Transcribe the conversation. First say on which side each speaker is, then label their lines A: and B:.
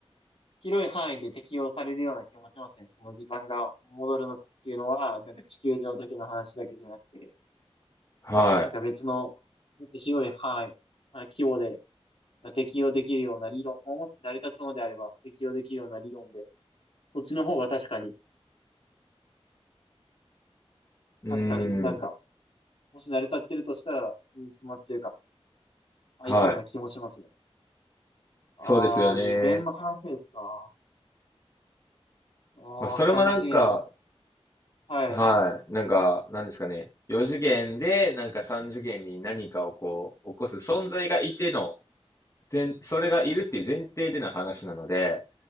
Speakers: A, on the left; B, on the left.
A: 広い範囲で適用されるような気もしますね。その時間が戻るのかっていうのは、なんか地球上だけの話だけじゃなくて、
B: はい。
A: なんか別の、もっと広い範囲、まあ、規模で、が適用できるような理論、まあもっと成り立つのであれば適用できるような理論で、そっちの方が確かに、
B: うーん。
A: 確かになんか、もし成り立ってるとしたら、つじつまっていうか、合いそうな気もしますね。
B: はい。
A: ああ、
B: そうですよね。
A: 次元の話ですか。ああ、
B: まあ、それもなんか、
A: 三次元です。はい。
B: はい。なんか、なんですかね。4次元で、なんか3次元に何かをこう、起こす存在がいての、前それがいるっていう前提での話なので、